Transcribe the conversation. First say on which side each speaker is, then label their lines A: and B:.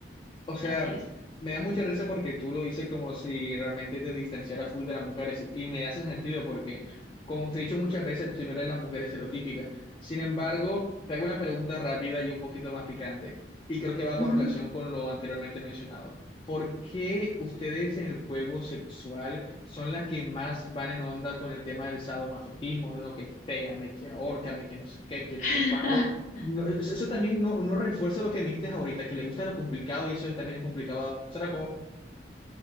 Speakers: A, on the left; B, on the left.
A: O sea,
B: Así es.
A: me da mucha risa porque tú lo dices como si realmente te distanciara full de las mujeres y, y me hace sentido porque, como te he dicho muchas veces, tú no eres la mujer estereotípica. Sin embargo, te hago una pregunta rápida y un poquito más picante y creo que va
B: Ujú.
A: con relación con lo anteriormente mencionado. ¿Por qué ustedes en el juego sexual son las que más van en onda con el tema del sadomasoquismo, de lo que pégame, que ahórcame, que no sé qué, que no
B: <laughs>
A: sé cuándo? no, e-, eso eso también no, no refuerza lo que me dijiste ahorita, que le gusta lo complicado y eso es- también es complicado. Se la puedo-